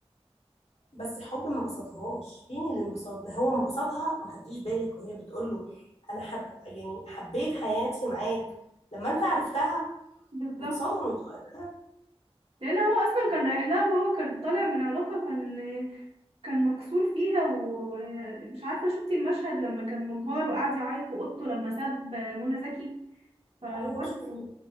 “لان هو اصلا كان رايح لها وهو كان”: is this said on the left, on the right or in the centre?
Right